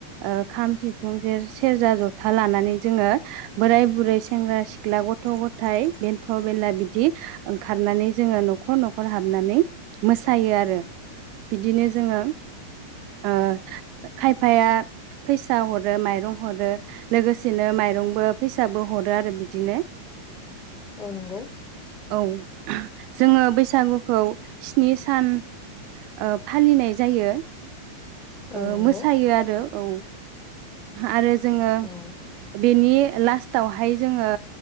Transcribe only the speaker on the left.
औ नंगौ
औ
नंगौ
औ